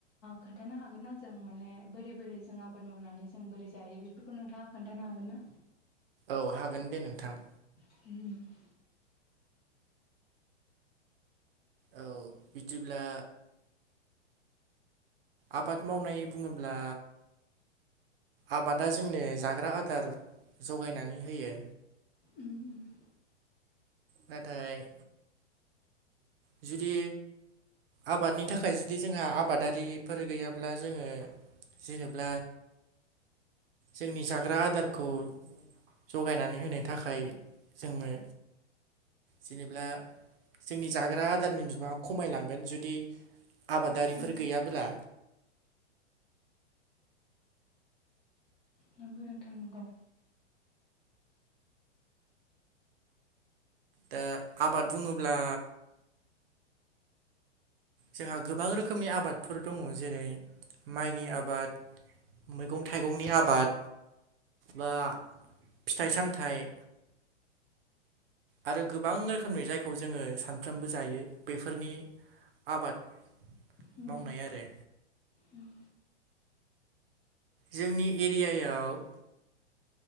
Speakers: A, on the left; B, on the right.
A: खोन्थानो हागोनना जों माने बोरै बोरै जों आबाद मावनानै जों बोरै जायो बेफोरखौ नोंथांङा खोन्थानो हागोन ना?
B: औ हागोन दे नोंथां।
A: <inaudible>
B: औ बिदिब्ला आबाद मावनाय बुंङोब्ला आबादा जोंनो जाग्रा आदार जगायनानै होयो।
A: उम <unintelligible>
B: नाथाय जुदि आबादनि थाखाय जुदि जोंहा आबादारिफोर गैयाब्ला जोङो जेनेा जोंनि जाग्रा आदारखौ जगायनानै होनो थाखाय जोङो जेनेब्ला जोंनि जाग्रा आदारनि बिमाङा खमायलांगोन। जुदि आबादारिफोर
A: उम
B: गैयाबो्ला
A: नों गोरोंथारनांगौ।
B: दा आबाद बुङोब्ला जोंहा गोबां रोखोमनि आबादफोर दङ जेरै माइनि आबाद मैगं थाइगंनि आबाद बा फिथाइ सामथाइ आरो गोबां रोखोमनि जायखौ जोङो सानफ्रामबो जायो बेफोरनि आबाद
A: उम
B: मावनाय आरो।
A: उम
B: जोंनि एरियायाव